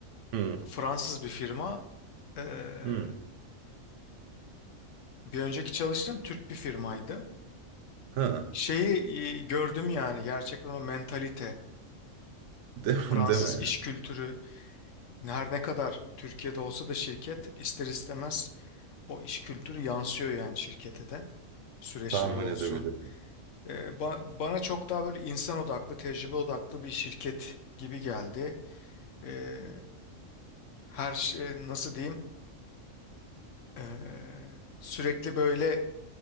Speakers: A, on the right; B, on the left.
A: Hmm,
B: Fransız bir firma. Ee,
A: hmm,
B: bir önceki çalıştığım Türk bir firmaydı.
A: ha.
B: Şeyi e, gördüm yani gerçekten o mentalite,
A: De
B: Fransız
A: <laughs> deme
B: iş
A: ya.
B: kültürü her ne kadar Türkiye'de olsa da şirket ister istemez o iş kültürü yansıyor yani şirkete de. Süreçleri
A: Tahmin
B: olsun.
A: edebiliyorum.
B: E, ba- bana çok daha böyle insan odaklı, tecrübe odaklı bir şirket gibi geldi. E, her şey nasıl diyeyim? E, sürekli böyle